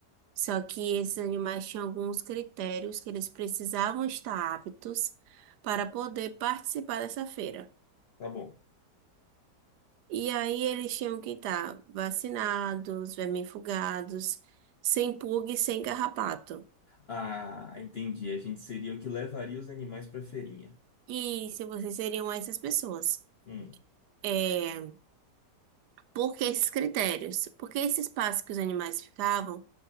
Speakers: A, on the right; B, on the left.
A: Só que esses animais tinham alguns critérios que eles precisavam estar aptos para poder participar dessa feira.
B: Tá bom.
A: E aí eles tinham que estar vacinados, vermifugados, sem pulga e sem carrapato.
B: Ah, entendi. A gente seria o que levaria os animais pra feirinha.
A: E se vocês seriam essas pessoas?
B: Hum,
A: É, por que esses critérios? Porque esse espaço que os animais ficavam